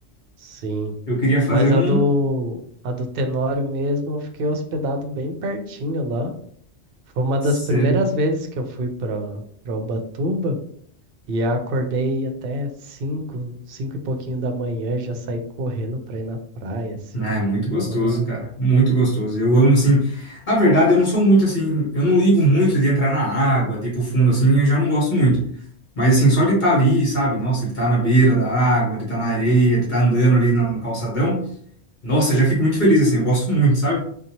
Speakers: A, on the right; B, on the left.
A: Sim.
B: Eu queria fazer
A: Mas
B: um.
A: a do, a do Tenório mesmo, eu fiquei hospedado bem pertinho lá. Foi uma
B: Sério.
A: das primeiras vezes que eu fui para para Ubatuba e eu acordei até cinco, cinco e pouquinho da manhã, já saí correndo para ir na praia, assim.
B: Ah, é muito gostoso,
A: Tava lá,
B: cara. Muito gostoso. Eu amo, assim. Na verdade, eu não sou muito assim. Eu não ligo muito de entrar na água, de ir pro fundo, assim. Eu já não gosto muito. Mas assim, só de estar ali, sabe? Nossa, ele tá na beira da água, ele tá na areia, ele tá andando ali na- no calçadão. Nossa, eu já fico muito feliz, assim, eu gosto muito, sabe?